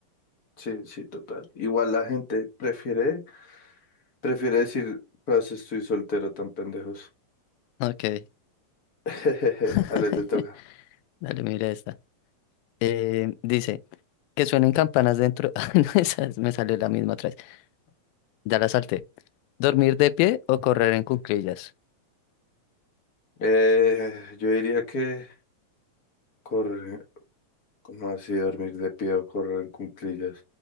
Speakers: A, on the left; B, on the left.
A: Sí, sí, total. Igual la gente prefiere, prefiere decir frase estoy soltero tan pendejos.
B: Ok.
A: <laughs>
B: <laughs>
A: Ale, te toca.
B: Dale, mira esta. Eh, dice, que suenen campanas dentro. <laughs> Ay, no, esa es- me salió la misma otra vez. Ya la salté. ¿Dormir de pie o correr en cuclillas?
A: Eh, yo diría que correr, como así dormir de pie o correr en cuclillas.